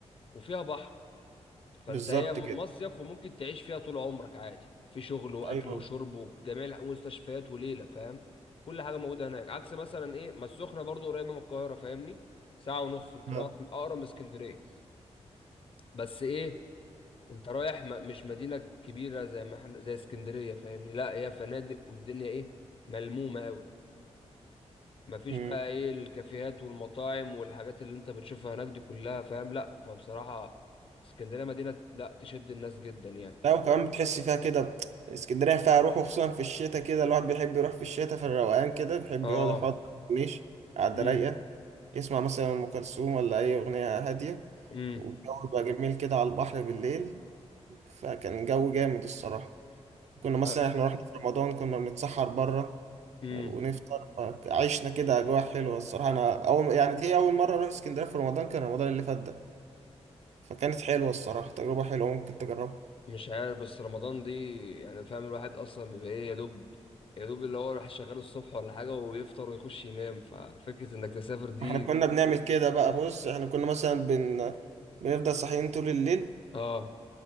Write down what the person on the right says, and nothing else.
بالظبط
كده
أيوه
آه.
مم.
لا وكمان بتحس فيها كده اسكندرية فيها روح وخصوصا في الشتاء كده الواحد بيحب يروح في الشتاء في الروقان كده بيحب
يقعد يقعد مش قاعدة
رايقة يسمع مثلا أم كلثوم ولا أي أغنية هادية
والجو بقى جميل كده على البحر بالليل فكان جو جامد الصراحة كنا مثلا
احنا رحنا في رمضان كنا بنتسحر بره
ونفطر عشنا كده اجواء حلوه الصراحه انا اول يعني دي اول مره اروح اسكندريه في رمضان كان رمضان اللي فات ده فكانت حلوه الصراحه تجربه حلوه ممكن تجربها
احنا كنا بنعمل كده بقى بص احنا كنا مثلا بن... بنفضل صاحيين طول الليل